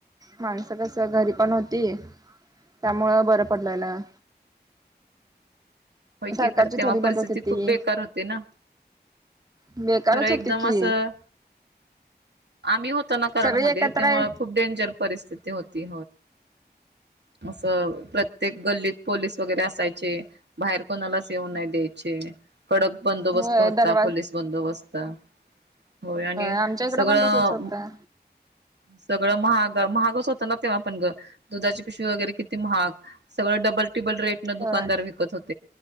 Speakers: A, on the right; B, on the right.
A: माणसं कस घरी पण होती. त्यामुळं बरं पडलेलं.
B: होय की
A: सरकारची
B: खर तेव्हा
A: थोडी मदत
B: परिस्थिती
A: होती
B: खूप बेकार होती ना.
A: बेकारच
B: खरं एकदम
A: होती की
B: असं. आम्ही होतो ना कराडमध्ये
A: सगळी एकत्र
B: तेव्हा
A: आहे
B: खूप डेंजर परिस्थिती होती. असं प्रत्येक गल्लीत पोलीस वगैरे असायचे. बाहेर कोणालाच येऊन नाही द्यायचे. कडक बंदोबस्त
A: होय
B: होता
A: दरवाज
B: पोलीस बंदोबस्त होय आणि
A: आमच्या इकडे
B: सगळं.
A: पण तसच होतं
B: सगळं महाग महागच होतं ना तेव्हा पण ग दुधाची पिशवी वगैरे किती महाग सगळं डबल रेट न दुकानार
A: होय
B: विकत होते.